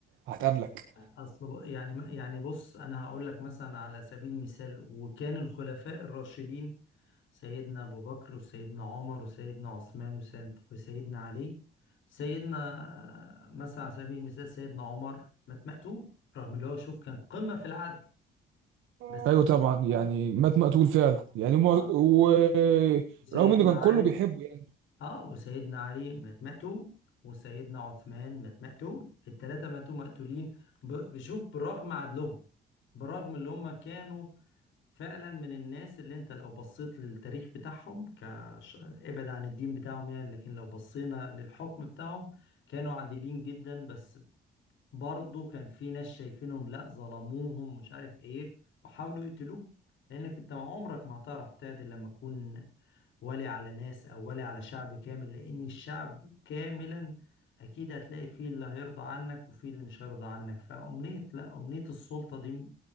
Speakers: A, on the right; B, on the left.
A: هتقابلك
B: اصل ب- يعني يعني بص انا هقول لك مثلا على سبيل المثال وكان الخلفاء الراشدين سيدنا ابو بكر وسيدنا عمر وسيدنا عثمان وسيد- وسيدنا علي سيدنا مثلا على سبيل المثال سيدنا عمر مات مقتول رغم اللي هو شوف كان قمة في العدل
A: ايوه
B: بس اتقتل.
A: طبعا يعني مات مقتول فعلا يعني ما...
B: اه
A: ورغم
B: سيدنا
A: انه كان
B: علي
A: كله بيحبه يعني
B: اه وسيدنا علي مات مقتول وسيدنا عثمان مات مقتول الثلاثة ماتوا مقتولين ب- بشوف بالرغم عدلهم برغم اللي هم كانوا فعلا من الناس اللي انت لو بصيت للتاريخ بتاعهم كش... ابعد عن الدين بتاعهم يعني لكن لو بصينا للحكم بتاعهم كانوا عادلين جدا بس برضه كان في ناس شايفينهم لا ظلموهم مش عارف ايه وحاولوا يقتلوه لانك انت عمرك ما هتعرف تعدل لما تكون ولي على ناس او ولي على شعب كامل لان الشعب كاملا اكيد هتلاقي فيه اللي هيرضى عنك وفيه اللي مش هيرضى عنك فامنية لا امنية السلطة دي